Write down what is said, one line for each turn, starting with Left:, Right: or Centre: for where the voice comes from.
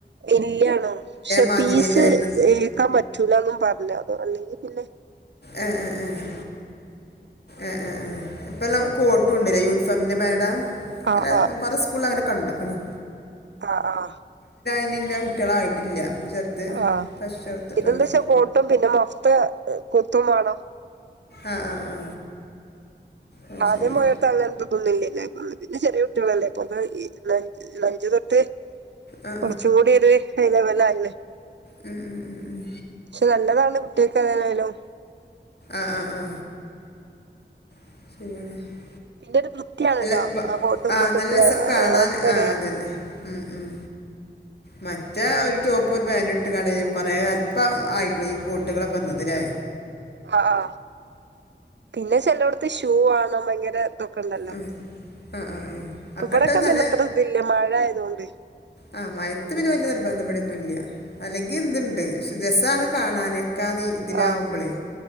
Right: ഇല്ലാണോ പക്ഷെ
Left: മാതിരിയല്ലേ
Right: പീസ്
Left: വരുന്നത്
Right: ഏക്കാൻ പറ്റൂലന്നും പറഞ്ഞ അതോ അല്ലെങ്കിൽ പില്ല
Left: ആഹ ആ ആഹ ആഹ ആ ആ ഇപ്പല്ലാം കോട്ടും ഉണ്ടല്ലേ യൂണിഫോമിന്റെ മരുട
Right: ആഹ്
Left: അല്ല കൊറെേ സ്കൂള് അങ്ങനെ കണ്ട <unintelligible>
Right: ആഹ ആഹ
Left: ന്നില്ല കുട്ടികളായിട്ടില്ല ഇപ്പൊ ചെറുത്
Right: ആഹ
Left: ഫ്രഷ് ചേർത്തിട്ടുള്ളൂ
Right: ഇതെന്താ വെച്ചാ പട്ടും പിന്നെ മൊഫത കൊത്തും വേണോ
Left: ആഹ ആ ആ അത്
Right: അതെ
Left: ശരി
Right: മയിർത്തല്ല എുള്ളല്ലേ പിന്നെ ചെറിയ കുട്ടികളല്ലേ ഇപ്പൊ ലച് ലഞ്ച് തൊട്ട്
Left: ആ ആ
Right: കുറച്ച കൂടിരു അല വല <unintelligible>
Left: ഉം, ഉം, ഉം, ഉം.
Right: പക്ഷെ നല്ലതാണ് കുട്ടികക്ക് തോയാലും
Left: ആഹ ആ ആ <unintelligible>
Right: പിന്നെ ഒരു വൃത്തിയാണല്ലോ
Left: അല്ല വ-
Right: ആ ബോട്ട എന്തൊക്കെട്ടെ
Left: നല്ല രസം കാണാൻ
Right: ഒക്കര
Left: ആ അതന്നെ ഉം, ഉം. മറ്റേ ഒരു ടോപ്പ് ഒരു പാൻറ് ഇട്ട് കട കൊറേ കാല ഇപ്പം ആയിട്ടുള്ള ഈ കോൂട്ടുകളൊെ വന്നതില്ലേ
Right: ആ ആ പിന്നെ ചെിലോട ഷൂ ആണോ ഭയങ്കര ഇതൊക്കെ ഉണ്ടല്ലോ
Left: ഉ ആ ആ ആ
Right: ഇപ്പൊ
Left: അക്കെട്ട
Right: ഇവിടൊക്കെ
Left: നല്ല
Right: പിന്നെ അത്ര ഇതില്ല മഴ ആയതുകൊണ്ട്
Left: ആ മയത്ത് പിന്നെ വലിയ നിർബന്ധപ്പെടൊന്നുംല്ല അല്ലെങ്കി എന്ണ്ട് ക്ഷ രസമാണ് കാണാാന് ക്കാനി ദിനാവ്പളെ
Right: ആഹ്